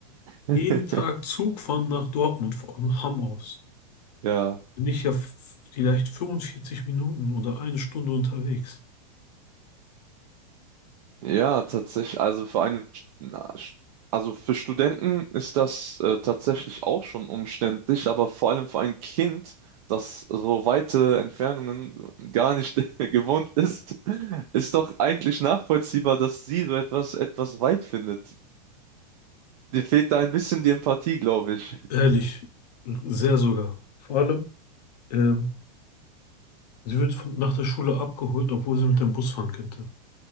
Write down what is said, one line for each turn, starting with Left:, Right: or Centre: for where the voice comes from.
Right: <laughs>
Left: Jeden Tag Zug fahren nach Dortmund von Hamm aus.
Right: Ja.
Left: Bin ich ja f- vielleicht 45 Minuten oder eine Stunde unterwegs.
Right: Ja, tatsächlich. Also für einen, na, st- also für Studenten ist das äh, tatsächlich auch schon umständlich, aber vor allem für ein Kind, das so weite Entfernungen gar nicht <laughs> gewohnt ist, ist doch eigentlich nachvollziehbar, dass sie so etwas etwas weit findet. Dir fehlt da ein bisschen die Empathie, glaube ich.
Left: Ehrlich, sehr sogar. Vor allem, ähm, sie wird von, nach der Schule abgeholt, obwohl sie mit dem Bus fahren könnte.